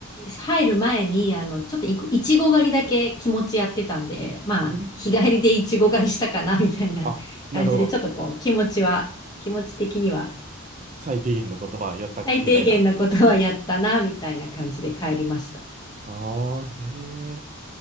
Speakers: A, on the left; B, on the right.
A: 入る前に、あの、ちょっといく、いちご狩りだけ気持ちやってたんで、まあ、
B: うん
A: 日帰りでいちご狩りしたかな、みたいな
B: あ、
A: <laughs>
B: なるほど。
A: 感じで、ちょっとこう、気持ちは、気持ち的には、
B: 最低限のことはやった、
A: 最低限なことはやったな、
B: みたいな。
A: みたいな感じで帰りました。
B: ああ、へえ。